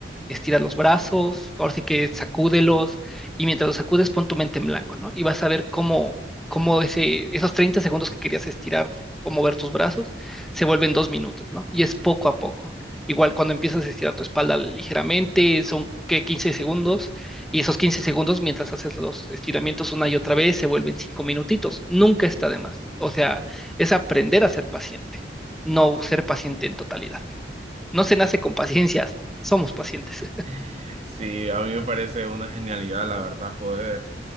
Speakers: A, in the centre; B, on the right.
A: estira los brazos, ahora sí que sacúdelos, y mientras los sacudes pon tu mente en blanco, ¿no? Y vas a ver cómo, cómo ese, esos 30 segundos que querías estirar o mover tus brazos se vuelven dos minutos, ¿no? Y es poco a poco. Igual cuando empiezas a estirar tu espalda ligeramente, son que 15 segundos, y esos 15 segundos mientras haces los estiramientos una y otra vez se vuelven cinco minutitos. Nunca está de más. O sea, es aprender a ser paciente, no ser paciente en totalidad. No se nace con paciencias, somos pacientes.
B: <laughs> Sí, a mí me parece una genialidad, la verdad, poder